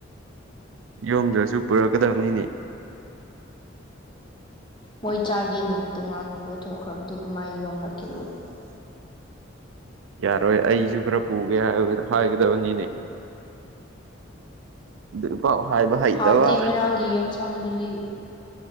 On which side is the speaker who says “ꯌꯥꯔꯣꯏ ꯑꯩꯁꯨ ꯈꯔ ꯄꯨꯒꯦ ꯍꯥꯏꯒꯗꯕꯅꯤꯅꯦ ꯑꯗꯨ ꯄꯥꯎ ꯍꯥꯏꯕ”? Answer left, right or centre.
Right